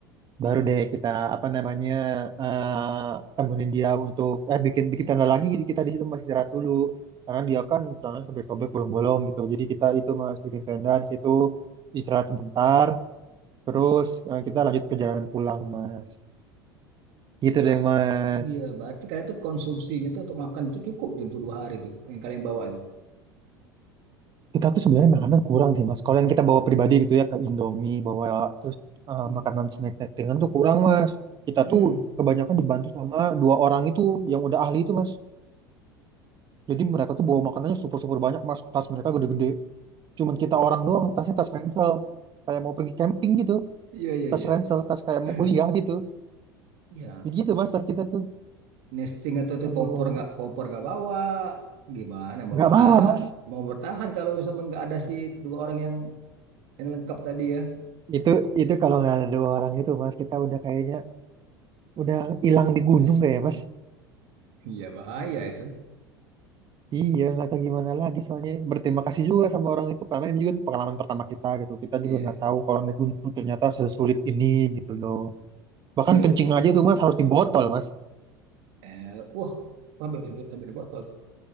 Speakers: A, on the right; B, on the right.
A: baru deh kita apa namanya eh temenin dia untuk eh bikin bikin tanda lagi jadi kita di situ masih istirahat dulu karena dia kan tangan sampai sobek bolong-bolong gitu jadi kita itu mas bikin tenda di situ istirahat sebentar terus eh, kita lanjut perjalanan pulang mas gitu
B: Pak,
A: deh mas
B: iya, berarti kalian tuh konsumsinya tuh untuk makan tuh cukup tuh untuk dua hari tuh yang kalian bawa tuh.
A: kita tuh sebenarnya makanan kurang sih mas kalau yang kita bawa pribadi gitu ya ke Indomie bawa terus eh,
B: Iya.
A: makanan snack-snack ringan tuh kurang mas kita
B: Hmm.
A: tuh kebanyakan dibantu sama dua orang itu yang udah ahli itu mas Jadi mereka tuh bawa makanannya super-super banyak, mas. Tas mereka gede-gede. Cuman
B: Oh,
A: kita orang doang, tasnya tas ransel. Kayak mau pergi camping gitu.
B: iya iya
A: Tas
B: iya.
A: ransel, tas kayak
B: <clears throat>
A: mau kuliah gitu.
B: Ya,
A: Begitu, mas, tas kita tuh.
B: nesting atau tuh
A: Aduh,
B: kompor nggak kompor nggak bawa, gimana mau
A: nggak
B: bertahan?
A: bawa, mas.
B: Mau bertahan kalau misalnya nggak ada si dua orang yang yang lengkap tadi ya.
A: Itu itu kalau nggak ada dua orang gitu, mas. Kita udah kayaknya udah hilang di gunung kayak, ya, mas.
B: Iya bahaya itu.
A: Iya, nggak tahu gimana lagi soalnya. Berterima kasih juga sama orang itu karena ini juga pengalaman pertama kita gitu. Kita
B: Iya.
A: juga nggak tahu kalau naik gunung tuh ternyata sesulit ini gitu loh. Bahkan
B: Tapi
A: kencing aja tuh, mas, harus di botol, mas.
B: eh, wah, sampai sampai sampai di botol.